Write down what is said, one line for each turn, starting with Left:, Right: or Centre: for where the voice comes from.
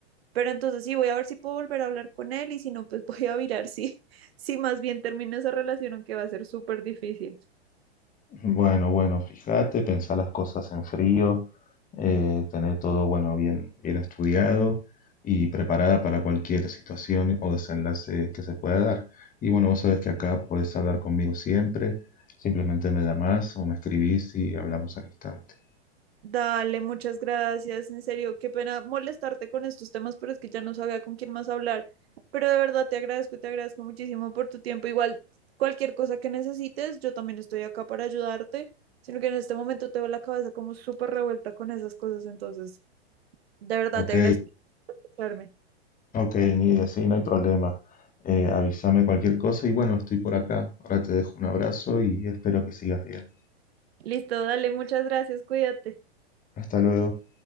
Right: pero entonces sí voy a ver si puedo volver a hablar con él y si no, pues <laughs> voy a mirar si, si más bien termino esa relación, aunque va a ser súper difícil.
Left: Bueno, bueno, fíjate, pensar las cosas en frío, eh, tener todo, bueno, bien, bien estudiado y preparada para cualquier situación o desenlace que se pueda dar. Y bueno, vos sabés que acá podés hablar conmigo siempre, simplemente me llamás o me escribís y hablamos al instante.
Right: Dale, muchas gracias. En serio, qué pena molestarte con estos temas, pero es que ya no sabía con quién más hablar. Pero de verdad te agradezco, te agradezco muchísimo por tu tiempo. Igual, cualquier cosa que necesites, yo también estoy acá para ayudarte, sino que en este momento tengo la cabeza como súper revuelta con esas cosas. Entonces, de verdad
Left: Ok,
Right: te agradezco por escucharme.
Left: ok, Nidia, sí, no hay problema. Eh, avísame cualquier cosa y bueno, estoy por acá. Ahora te dejo un abrazo y espero que sigas bien.
Right: Listo, dale, muchas gracias, cuídate.
Left: Hasta luego.